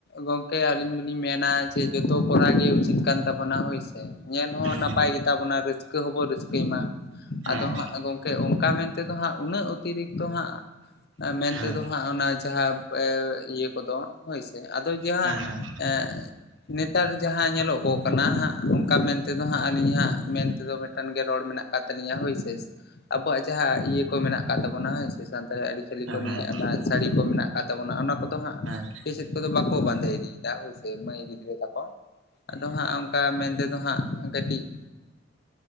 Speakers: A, on the left; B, on the right.
A: ᱜᱚᱝᱠᱮ ᱟᱹᱞᱤᱧ ᱫᱚᱞᱤᱧ ᱢᱮᱱᱟ ᱡᱮ ᱡᱚᱛᱚ ᱠᱚᱨᱟᱣ ᱜᱮ ᱩᱪᱤᱛ ᱠᱟᱱ ᱛᱟᱵᱚᱱᱟ ᱦᱳᱭ ᱧᱮᱞ ᱦᱚᱸ
B: ᱦᱮᱸ
A: ᱱᱟᱯᱟᱭ ᱜᱮᱛᱟ ᱵᱚᱱᱟ ᱨᱟᱹᱥᱠᱟᱹ ᱦᱚᱸᱵᱚᱱ ᱨᱟᱹᱥᱠᱟᱹᱭ ᱢᱟ
B: ᱦᱮᱸ
A: ᱟᱫᱚ ᱦᱟᱸᱜ ᱜᱚᱝᱠᱮ ᱚᱱᱠᱟ ᱢᱮᱱᱛᱮᱫᱚ ᱦᱟᱸᱜ ᱩᱱᱟᱹᱜ ᱚᱛᱤᱨᱤᱠᱛᱚ ᱦᱟᱸᱜ ᱮᱸ ᱢᱮᱱ
B: ᱦᱮᱸ
A: ᱛᱮᱫᱚ ᱦᱟᱸᱜ ᱚᱱᱟ ᱡᱟᱦᱟᱸ ᱮᱸ ᱤᱭᱟᱹ ᱠᱚᱫᱚ ᱦᱳᱭ ᱥᱮ ᱟᱫᱚ ᱡᱟᱦᱟᱸ
B: ᱦᱮᱸ ᱦᱮᱸ
A: ᱮᱸᱜ ᱱᱤᱛ ᱱᱮᱛᱟᱨ ᱡᱟᱦᱟᱸ ᱧᱮᱞᱚᱜᱚᱜ ᱠᱟᱱᱟ ᱦᱟᱸᱜ ᱚᱱᱠᱟ ᱢᱮᱱᱛᱮᱫᱚ ᱦᱟᱸᱜ ᱟᱹᱞᱤᱧ ᱦᱟᱸᱜ ᱢᱮᱱᱛᱮᱫᱚ ᱢᱤᱫᱴᱟᱝ ᱜᱮ ᱨᱚᱲ ᱢᱮᱱᱟᱜ ᱠᱟᱱ ᱛᱟᱞᱤᱧᱟ ᱦᱳᱭ ᱥᱮ ᱟᱵᱚᱣᱟᱜ ᱡᱟᱦᱟᱸ ᱤᱭᱟᱹ ᱠᱚ ᱢᱮᱱᱟᱜ ᱠᱟᱫ ᱛᱟᱵᱚᱱᱟ ᱦᱳᱭ ᱥᱮ ᱥᱟᱱᱛᱟᱲᱤ ᱟᱹᱨᱤᱪᱟᱹᱞᱤ
B: ᱦᱮᱸ
A: ᱠᱚ ᱱᱤᱭᱮ
B: ᱦᱮᱸ
A: ᱚᱱᱟ ᱥᱟᱹᱲᱤ ᱠᱚ ᱢᱮᱱᱟᱜ ᱟᱠᱟᱫ ᱛᱟᱵᱚᱱᱟ ᱚᱱᱟ ᱠᱚᱫᱚ ᱦᱟᱸᱜ
B: ᱦᱮᱸ
A: ᱵᱮᱥᱮᱫ ᱠᱚᱫᱚ ᱵᱟᱠᱚ ᱵᱟᱸᱫᱮ ᱤᱫᱤᱭ ᱦᱳᱭᱥᱮ ᱢᱟᱹᱭ ᱜᱤᱫᱽᱨᱟᱹ ᱛᱟᱠᱚ ᱟᱫᱚ ᱦᱟᱸᱜ ᱚᱱᱠᱟ ᱢᱮᱱᱛᱮᱫᱚ ᱦᱟᱸᱜ ᱠᱟᱹᱴᱤᱡ